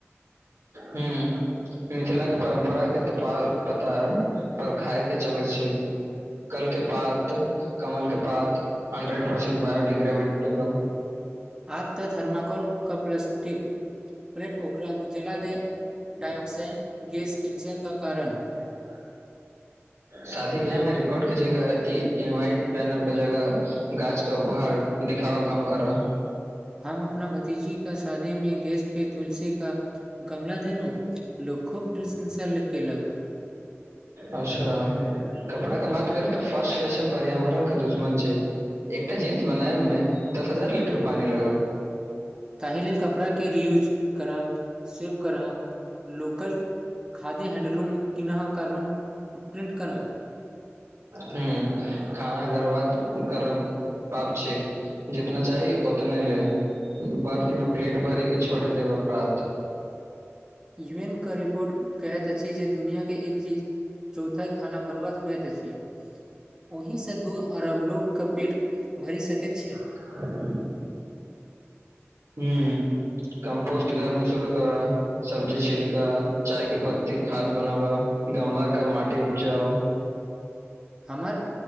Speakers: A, on the right (about 85°); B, on the right (about 15°).
A: हूँ मिथिला के परम्परा के त प पता पर खाय के चलक छै कल के पात कमल के पात हंड्रेड प छैन बायोडिग्रेविटिकल
B: आप त थर्माकोल क प्लस्टिक प्लेट उकरा जला दे डाइआऑक्साइन गैस किंचर का कारण
A: <inaudible> शादी बियाह मे रिकॉर्डके जगह ई इनवाइट पैनरके जगह गाछ तऽ उपहार दिखाब कम कर
B: हम अपना भतीजी क शादीमे गेस्टके तुलसी क गमला देलु लोक खूब प्रशंसा केलक
A: अच्छा कपड़ा के बात करी तऽ फर्स्ट फैशन पर्यावरण के दुश्मन छै एकटा जींस बनायब मे दस हजार लीटर पानी लगब
B: ताहि लेल कपड़ाके रीयूज करऽ सेव करऽ लोकल खाद्य्य हैंडलूम किनह कार्बन फुटप्रिंट कर
A: हूँ खाना घर्बात करब पाप छै जितना चाही उतने लैय बर्फ मे प्लेट भरै के छोड़ देब अपराध
B: यू एन क रिपोर्ट कहैत अछि जे दुनिआँके एक चीज चौथाई खाना बरबाद होईत अछी ओहिसँ दू अरब लोकके पेट भरि सकैत छैक
A: ह <inaudible> हूँ कम्पोस्ट घरमे शुरू कर सब्जी छिलका चाय के पत्ती खाद बनाबा गमला का माटी उपजाउ
B: हमर